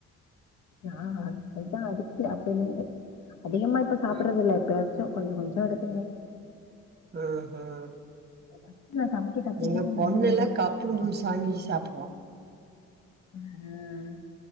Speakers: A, on the left; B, on the right.
A: ஆ அது தான் அடிச்ச அப்பயில இருந்து அதிகமா இப்ப சாப்பிடுறது
B: ம்
A: இல்ல எப்பயா ச்சோ கொஞ்சம் கொஞ்சம் எடுத்துக்கிறது
B: ம் ம்
A: <inaudible>
B: எங்க பொண்ணு
A: மேகிலதா
B: எல்லாம் கப்பு <inaudible> சாப்பிடுவா
A: உம்